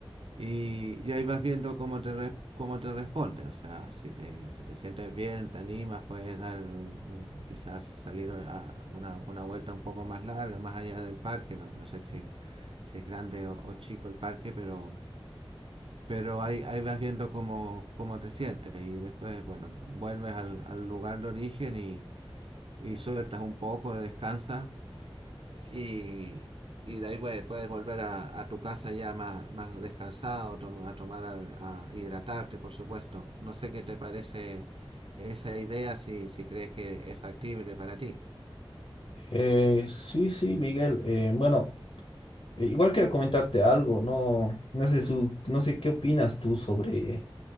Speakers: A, on the right; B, on the left.
A: Y, y ahí vas viendo cómo te, re- cómo te responde. O sea, si te, si te sientes bien, te animas, puedes dar un- un- quizás salir a una, una vuelta un poco más larga, más allá del parque. No, no sé si, si es grande o, o chico el parque, pero, pero ahí, ahí vas viendo cómo, cómo te sientes. Y después, bueno, vuelves al, al lugar de origen y, y sueltas un poco, descansas y, y de ahí puedes, puedes volver a, a, tu casa ya más, más descansado, a tomar, a, a, hidratarte, por supuesto. No sé qué te parece esa idea, si, si crees que es factible para ti.
B: Eh, sí, sí, Miguel. eh, bueno, eh, igual quiero comentarte algo, no, no sé, su- no sé qué opinas tú sobre,